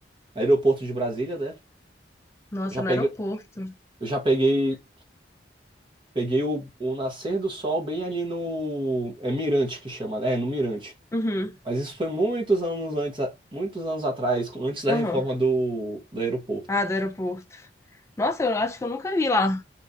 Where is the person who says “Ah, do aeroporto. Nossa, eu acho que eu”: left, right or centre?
Left